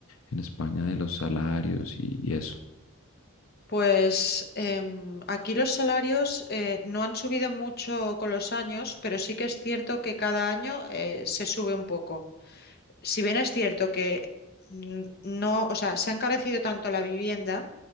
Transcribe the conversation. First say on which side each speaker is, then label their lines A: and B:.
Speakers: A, on the left; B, on the left.
A: en España de los salarios y y eso.
B: Pues em, aquí los salarios eh, no han subido mucho con los años, pero sí que es cierto que cada año eh, se sube un poco. si bien es cierto que n- no, o sea, se ha encarecido tanto la vivienda